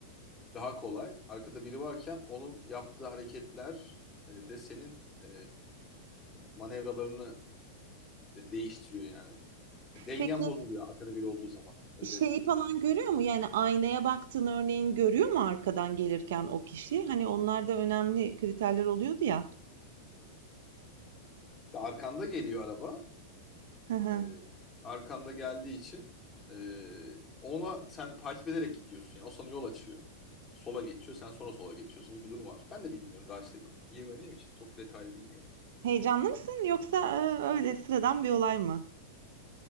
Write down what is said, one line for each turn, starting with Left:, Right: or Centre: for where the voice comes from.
Left: daha kolay. Arkada biri varken onun yaptığı hareketler e, de senin e, manevralarını de- değiştiriyor yani. Dengen
Right: Peki
Left: bozuluyor arkada biri olduğu zaman özetle.
Right: Şeyi falan görüyor mu? Yani aynaya baktığın örneğin görüyor mu arkadan gelirken o kişi? Hani onlar da önemli kriterler oluyordu ya.
Left: İşte arkanda geliyor araba.
Right: Hı hı.
Left: Ee, arkanda geldiği için e, ona sen takip ederek gidiyorsun. Yani o sana yol açıyor. Sola geçiyor, sen sonra sola geçiyorsun gibi bir durum varmış. Ben de bilmiyorum daha işte girmediğim için çok detaylı bilmiyorum.
Right: Heyecanlı mısın yoksa e, öyle sıradan bir olay mı?